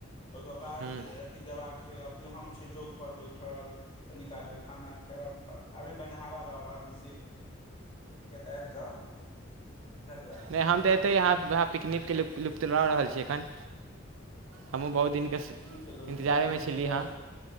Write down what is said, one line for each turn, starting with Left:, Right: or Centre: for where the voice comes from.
Left: ओहिके बाद
Right: हूँ
Left: अथी जबाक से अब हम से चौक पर बैठल कनि कायल मऽ खाना खायब अभी कनि हवा लऽ रहल। <unintelligible> आबि जा बझलिय।
Right: नहि हम तऽ एतै अहाँहाँ पिकनिकके लुप्त लऽ रहल छीै एखन, हमहूँ बहुत दिनके
Left: पिकनिक
Right: स्
Left: के लुप्त
Right: इन्तजारेमे
Left: रहल छियै
Right: छलियै हेँ